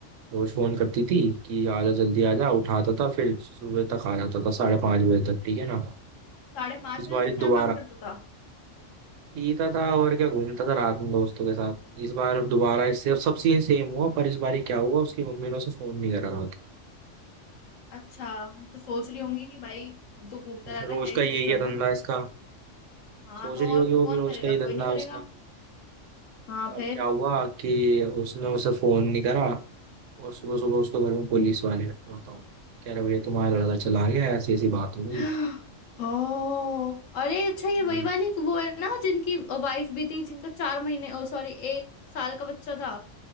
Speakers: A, on the right; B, on the left.
A: रोज फोन करती थी कि आजा जल्दी आजा उठाता था फिर सुबह तक आ जाता था साढ़े पाँच बजे तक ठीक है ना
B: साढ़े पाँच
A: इस
B: बजे
A: बार
B: तक क्या
A: दोबारा
B: काम करता था
A: पीता था और क्या घूमता था रात में दोस्तों के साथ इस बार दोबारा इससे सब सीन सेम हुआ पर इस बार क्या हुआ उसकी मम्मी ने उसे फोन नहीं करा था
B: अच्छा तो सोच रही होंगी कि भाई तो घूमता रहता
A: फिर रोज
B: है, क्या ही
A: का यही
B: फोन करना
A: है धंधा इसका
B: हाँ
A: सोच
B: तो
A: रही होगी
B: और क्या
A: वो
B: कौन
A: भी रोज
B: करेगा
A: का ही धंधा
B: कोई नहीं करेगा
A: है उसका
B: हाँ
A: तो अब
B: फिर
A: क्या हुआ कि उसने उसे फोन नहीं करा और सुबह सुबह उसको घर में पुलिस वाले बताओ कह रहे भैया तुम्हारा लड़का चला गया ऐसी ऐसी बात हो गई
B: <gasps> ओ अरे अच्छा ये
A: हम्म।
B: वही वाली वो है ना जिनकी वाइफ भी थी जिनका चार महीने ओ सॉरी एक साल का बच्चा था